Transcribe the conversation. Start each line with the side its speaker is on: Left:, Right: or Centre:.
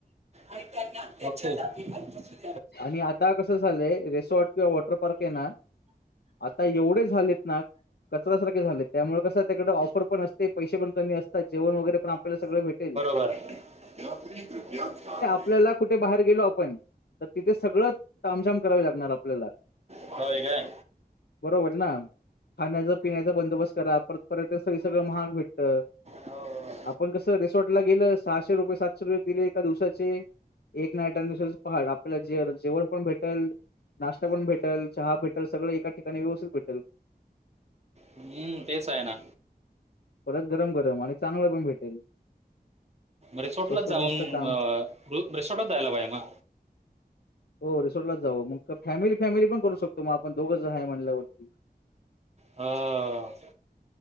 Right: अच्छा <unintelligible>
Left: आणि आता कसं झालंय? रेसॉर्ट किंवा वॉटर पार्क आहे ना? आता एवढे झालेत ना- कचऱ्यासारखे झालेत. त्यामुळे कसं तिकडं ऑफर पणं असतें. पैसे पणं कमी असतांत. जेवणं वगैरें पणं सगळं आपल्याला सगळं भेटेल.
Right: <inaudible>
Left: याला कुठे बाहेर गेलो आपणं- तरं तिथे सगळं तामझाम करावी लागणार आपल्यांला.
Right: होय काय
Left: बरोबर नां? खाण्यांचा पिण्यांचा बंदोबस्तं करा. परतं पर्यटन स्थळीं सगळं महाग भेटतं.
Right: हो हो.
Left: आपणं कसं रिसॉर्ट लां गेलो सहाशे रुपये सातशे रुपये दिले एका दिवसाचे- एक नाईट आणि दुसऱ्या दिवसाचं पहाट आपल्याला जे जेवणं पणं भेटल- नाश्ता पणं भेटल. चहा भेटल. सगळं एका ठिकाणीं व्यवस्थित भेटल.
Right: हम्मं. तेचं आहे ना.
Left: परतं गरम गरम आणि चांगलं पणं भेटेल.
Right: रिसोर्टलांच
Left: स्वस्तात
Right: जाऊंन,
Left: मस्त काम
Right: अं- रिसॉर्टलाचं जायला पाहिजे ना?
Left: हो. रिसॉर्टलाच जावं. मगं कां फॅमिली फॅमिली पणं करूं शकतो मगं, आपणं दोघांच जण आहे म्हणल्यावरती.
Right: हा.